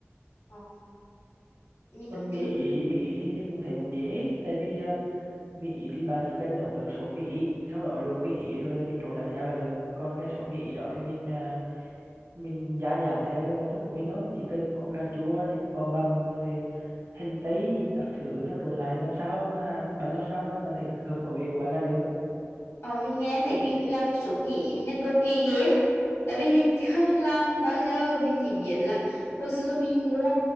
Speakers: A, on the left; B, on the right.
A: Ờ, mình
B: còn mì
A: chưa
B: Ý, mì Ý thì mình cũng thấy cũng dễ tại vì ờ, Mỹ thì bạn chỉ cần nấu nước sốt Mỹ sau đó luộc Mỹ rồi là mình trộn lại với nhau là được còn cái sốt Mỹ đó thì mình à, mình gia giảm theo cái công thức của mình thôi chỉ cần có cà chua thịt bò bằm rồi hành tây các thứ nó trộn lại làm sao mà bạn làm sao mà bạn thấy hợp khẩu vị của bạn là được
A: Ờ, mình nghe thấy cái làm cái sốt Mỹ mình nó cầu kỳ ghê á tại vì mình chưa <laughs> làm bao giờ mình chỉ biết là hồi xưa mình mua